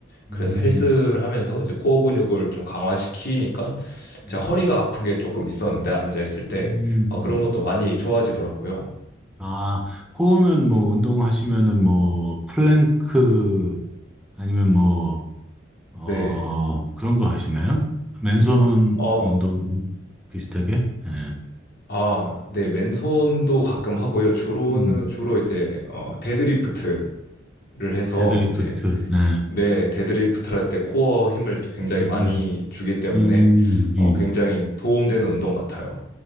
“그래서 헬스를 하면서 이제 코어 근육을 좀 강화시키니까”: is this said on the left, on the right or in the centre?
Left